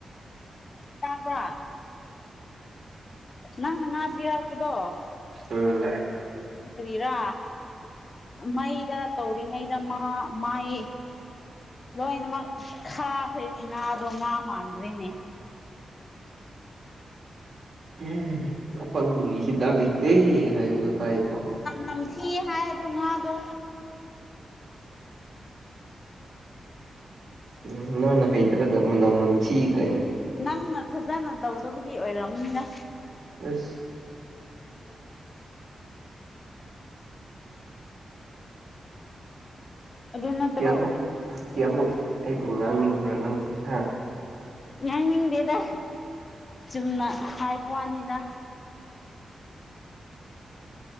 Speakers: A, on the left (about 40°); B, on the right (about 50°).
A: ꯇꯥꯕ ꯅꯪꯅ ꯉꯥꯕꯤꯔꯥꯛꯄꯗꯣ
B: ꯎꯝ
A: ꯍꯥꯏ꯭ꯔꯤꯔꯥ ꯃꯩꯗ ꯇꯧꯔꯤꯉꯩꯗ ꯃꯥ ꯃꯥꯏ ꯂꯣꯏꯅꯃꯛ ꯈꯥꯈ꯭ꯔꯔꯤꯅꯦ ꯉꯥꯗꯣ ꯉꯥ ꯃꯥꯟꯗ꯭ꯔꯤꯅꯦ
B: ꯎ ꯎꯝ ꯑꯄꯪꯕꯒꯤ ꯍꯤꯗꯥꯛ ꯂꯩꯇꯦ ꯍꯥꯏꯕꯗꯣ ꯇꯥꯏꯀꯣ
A: ꯅꯝꯊꯤꯑ ꯍꯥꯏ ꯑꯗꯨ ꯉꯥꯗꯣ
B: ꯎꯝ ꯅꯣꯏꯅ ꯍꯩꯇ꯭ꯔꯒ ꯃꯅꯝ ꯅ ꯊꯤ ꯀꯥꯏꯅ
A: ꯅꯪꯅ ꯐꯖꯅ ꯇꯧꯗꯕꯒꯤ ꯑꯣꯏꯔꯝꯅꯤꯅ
B: ꯑꯁ
A: ꯑꯗꯨ ꯅꯠꯇ꯭ꯔꯣ
B: ꯀꯃꯨꯛ ꯁꯤ ꯑꯃꯨꯛ ꯑꯩꯕꯨ ꯉꯥꯡꯅꯤꯡꯕ꯭ꯔꯥ ꯅꯪꯁꯦ ꯍꯥ
A: ꯉꯥꯡꯅꯤꯡꯗꯦꯗ ꯆꯨꯝꯅ ꯍꯥꯏꯕ ꯋꯥꯅꯤꯗ